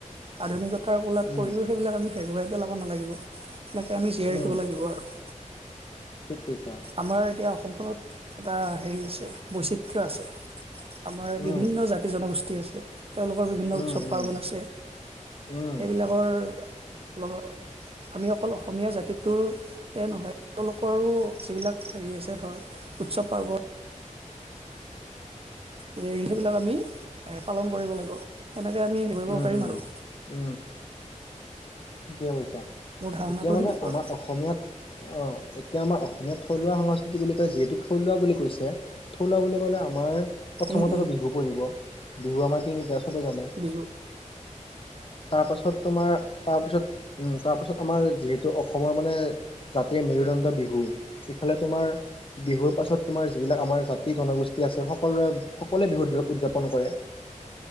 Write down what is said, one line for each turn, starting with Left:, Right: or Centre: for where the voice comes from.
Right: আধুনিকতাৰ কোলাত
Left: উম
Right: পৰিও সেইবিলাক আমি হেৰুৱাই পেলাব নালাগিব। এনেকৈ আমি জীয়াই
Left: উম
Right: ৰাখিব লাগিব আৰু
Left: ঠিক কৰিছ আৰু
Right: আমাৰ এতিয়া অসমখনত এটা হেৰি আছে বৈচিত্ৰ আছে। আমাৰ বিভিন্ন
Left: উম
Right: জাতি -জনগোষ্ঠী আছে। তেওঁলোকৰ বিভিন্ন
Left: উম
Right: উৎসৱ -পাৰ্বণ
Left: উম
Right: আছে
Left: উম
Right: সেইবিলাকৰ লগত আমি অকল অসমীয়া জাতিটোৰ নহয় তেওঁলোকৰো যিবিলাক হেৰি আছে ধৰ উৎসৱ পাৰ্বন সেইবিলাক আমি পালন কৰিব লাগিব সেনেকৈ আমি হ কৰিব
Left: উম
Right: পাৰিম
Left: উম
Right: আৰু
Left: উম, ঠিকে কৈছা
Right: মোৰ ধাৰণাটো
Left: এতিয়া মানে
Right: সেনেকুৱা
Left: আমাৰ
Right: আৰু
Left: অসমীয়াত অ' এতিয়া আমাৰ অসমীয়াত থলুৱা সংস্কৃতি বুলি কয় যিহেতু থলুৱা বুলি কৈছে থলুৱা বুলি ক'লে আমাৰ প্ৰথমত
Right: উম উম
Left: বিহু বিহু আমাৰ তিনিটা চবে জানে
Right: বি <unintelligible>
Left: তাৰপাছত তোমাৰ তাৰপিছত তাৰপাছত আমাৰ যিহেতু অসমৰ মানে জাতিয় মেৰুদণ্ড বিহু ইফালে তোমাৰ বিহুৰ পাছত তোমাৰ যিবিলাক আমাৰ জাতি জনগোষ্ঠী আছে সকলোৰে সকলোৱে বিহু উদযাপন কৰে।